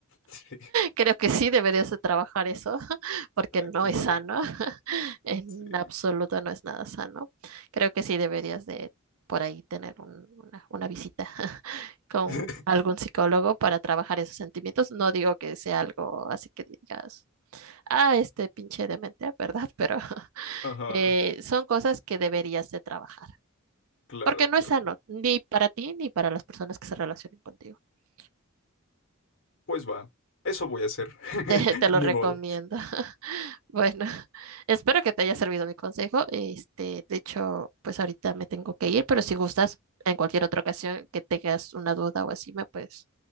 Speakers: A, on the left; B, on the right.
A: <laughs> Sí,
B: Creo que sí deberías de trabajar eso, <laughs> porque
A: ah,
B: no
A: claro,
B: es sano, <laughs> en
A: sí.
B: absoluto no es nada sano. Creo que sí deberías de por ahí tener un- una, una visita <laughs> con
A: <laughs>
B: algún psicólogo para trabajar esos sentimientos. No digo que sea algo así que digas, ah, este pinche demente, ¿verdad? Pero <laughs>
A: Ajá,
B: eh, son cosas que deberías de trabajar,
A: claro,
B: porque no
A: claro.
B: es sano, ni para ti ni para las personas que se relacionen contigo. <laughs>
A: Pues va, eso voy a hacer.
B: Te,
A: <laughs>
B: te lo
A: Ni
B: recomiendo.
A: modo.
B: <laughs> Bueno, <laughs> espero que te haya servido mi consejo. Este, de hecho, pues ahorita me tengo que ir, pero si gustas, en cualquier otra ocasión que tengas una duda o así, me puedes